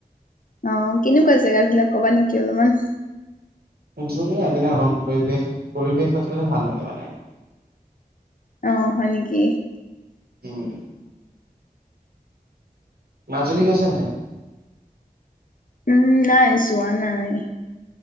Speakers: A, on the left; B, on the right.
A: অ', কেনেকুৱা জেগা বিলাক কবা নেকি অলমান।
B: ধুনীয়া কেনেকে কম পৰিৱেশ, পৰিৱেশ নাথাকিলে ভাল লাগে মানে।
A: অ' হয় নেকি?
B: উম। মাজুলী গৈছানে নাই?
A: উম, নাই যোৱা নাই।